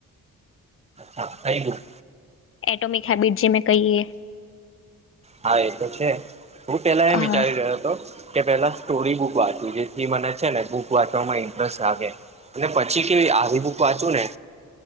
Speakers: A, on the right (about 20°); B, on the left (about 40°).
A: હા આઈ ગયું.
B: એટોમિક હેબિટ જે મેં કહીએ.
A: હા એ તો છે હું પેલા એમ વિચારી
B: હા
A: રહ્યો હતો. કે પેલા સ્ટોરી બુક વાંચું જેથી મને છે ને બુક વાંચવામાં ઇન્ટરેસ્ટ લાગે અને પછી કે આવી બુક વાંચું ને